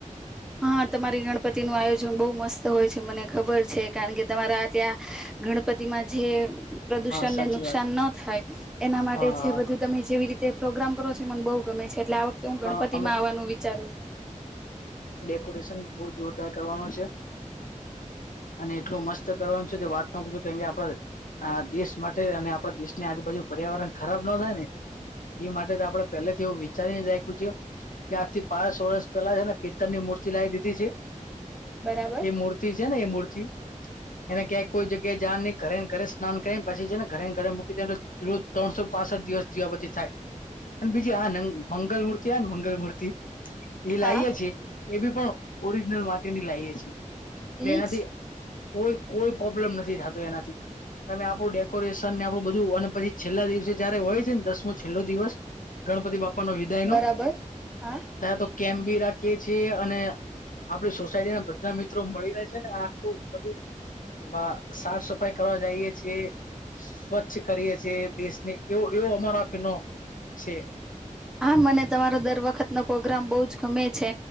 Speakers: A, in the centre; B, on the left (about 85°).
A: હા તમારી ગણપતિનું આયોજન બહુ મસ્ત હોય છે. મને ખબર છે કારણ કે તમારા ત્યાં ગણપતિમાં જે પ્રદૂષણને
B: હા સાચી
A: નુકસાન
B: વાત
A: ન થાય એના માટે
B: હા
A: જે બધું તમે જેવી રીતે પ્રોગ્રામ કરો છો ઈ મને બહુ ગમે છે. એટલે આ વખ તો હું ગણપતિમાં
B: હા અમે
A: આવાનું વિચારું છું.
B: કોરેશન બહુ જોરદાર કરવાનું છે. અને એટલું મસ્ત કરવાનું છે કે વાત ન પૂછો કેમ કે આપણા આ દેશ માટે અને આપડા દેશની આજુબાજુ પર્યાવરણ ખરાબ નો થાય ને ઈ માટે તો આપણે પેલેથી એવું વિચારીને જ રાખ <inaudible> કે આજ થી પાસ વર્ષ પેલા છે ને પિત્તર ની મૂર્તિ લાવી દીધી છે.
A: બરાબર
B: એ મૂર્તિ છે ને એ મૂર્તિ એને ક્યાંક કોઈ જગ્યાએ જાવાનું નહી ઘરે ને ઘરે સ્નાન કરીને પછી છે ને ઘરે ને ઘરે મૂકી દેવાનું. રોજ ત્રણસો પાસઠ દિવસ દીવાબતી થાય અને બીજી આ મંગલમૂર્તિ કેવાય ને મંગલમૂર્તિ એ લાઈએ
A: હા
B: છીએ. એ બી પણ ઓરિજનલ માટીની લાઈએ છીએ. એટલે
A: એજ
B: એનાથી કોઈ કોઈ પ્રોબ્લેમ નથી થતો એનાથી તમે આપણું ડેકોરેશન ને આપણું બધું અને પછી છેલ્લા દિવસે જયારે હોય છે ને દસમો છેલ્લો દિવસ ગણપતિ બાપા નો વિદાયનો
A: બરાબર હા
B: ત્યાં તો કેમ્પ બી રાખીએે છીએ અને આપડી સોસાયટીના બધા મિત્રો મળીને છે ને આખું બધું વાહ! સાફ સફાઈ કરવા જાઈએ છીએ. સ્વચ્છ કરીએ છીએ. દેશને એવો એવો અમારા આ ફીનો છે.
A: હા મને તમારો દર વખતનો પ્રોગ્રામ બહુ જ ગમે છે